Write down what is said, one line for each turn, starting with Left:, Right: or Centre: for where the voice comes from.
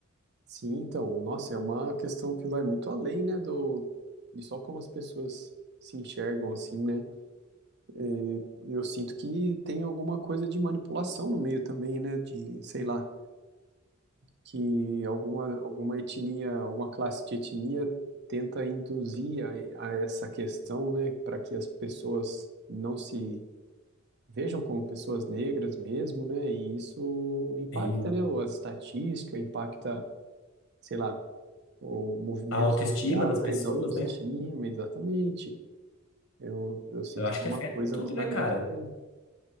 Right: Sim, então, nossa, é uma questão que vai muito além, né, do, de só como as pessoas se enxergam, assim, né, É, eu sinto que tem alguma coisa de manipulação no meio também, né, de, sei lá, que alguma, alguma etnia, alguma classe de etnia tenta induzir a, a essa questão, né, para que as pessoas não se vejam como pessoas negras mesmo, né, e isso impacta,
Left: Tem
Right: né, as estatísticas, impacta, sei lá, ou movimentos
Left: a autoestima
Right: sociais,
Left: das pessoas,
Right: autoestima,
Left: né?
Right: exatamente. Eu, eu sinto
Left: Eu acho
Right: que
Left: que
Right: é uma
Left: afeta
Right: coisa
Left: tudo,
Right: que
Left: né,
Right: vai
Left: cara?
Right: muito além.